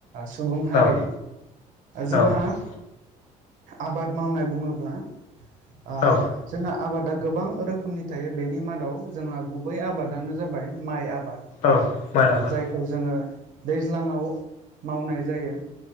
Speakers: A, on the right (about 65°); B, on the left (about 60°).
A: सुबुं हारि
B: औ
A: जोंहा
B: औ
A: आबाद मावनाय बुङोब्ला ओ
B: औ
A: जोंहा आबादा गोबां रोखोमनि थायो बेनि मादाव जोंहा गुबै आबादानो जाबाय माइ आबाद।
B: औ माइ
A: ओ
B: आबाद
A: जायखौ जोङो दैज्लाङाव मावनाय जायो।